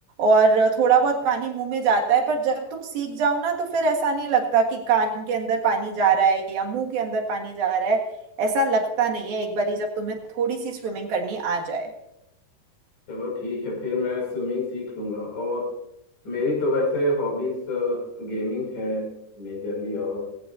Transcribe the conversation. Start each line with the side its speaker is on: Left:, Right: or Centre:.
Right: और थोड़ा बहुत पानी मुंह में जाता है पर जब तुम सीख जाओ ना तो फिर ऐसा नहीं लगता कि कान के अंदर पानी जा रहा है या मुंह के अंदर पानी जा रहा है ऐसा लगता नहीं है एक बार ही जब तुम्हें थोड़ी सी स्विमिंग करनी आ जाए
Left: चलो ठीक है फिर मैं स्विमिंग सीख लूंगा और मेरी तो वैसे हॉबीज गेमिंग है मेजरली और